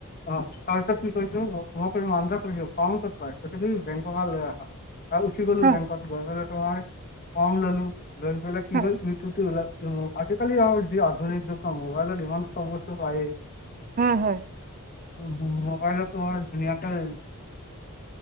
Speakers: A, on the left; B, on the right.
A: অ তাৰপিছত কি‌ কৰিছো মই ম কৰিছ ক কৰাই বেংককা লৈ আহা। আৰু উঠি গ'লো
B: অ
A: বেংকত গৈ পেলাই তোমাৰ, ফৰ্ম ল'লো লৈ পেলাই কি
B: হয়
A: হ'ল ইউটিউটো ওল আজিকালি আৰু যি আধুনিক যুগ মোবাইলৰ ইমান চব বস্তু পায়েই।
B: হয় হয়।
A: মোবাইলত তোমাৰ ধুনীয়াকে